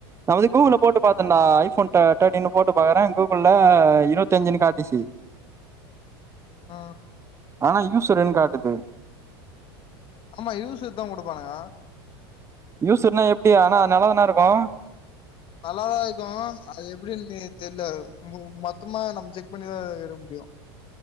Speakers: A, on the right; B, on the left.
A: நா வந்து கூகுள்ல போட்டு பாத்தேன்டா ஐஃபோன் தேட்டீன்னு போட்டு பாக்றே கூகுள்ல இருபத்தஞ்சு காட்டிச்சி
B: ஆ
A: ஆனா யூசுர்ன்னு காட்டுது
B: ஆமா யூசுத்தா குடுப்பானுங்க
A: யூசுர்னா எப்டி ஆனா நல்லதானா இருக்கு
B: நல்லாதா இருக்கு அது எப்டின்னு தெர்ல மு மொத்தமா நம்ம செக் பண்ணிதா எடுக்க முடியு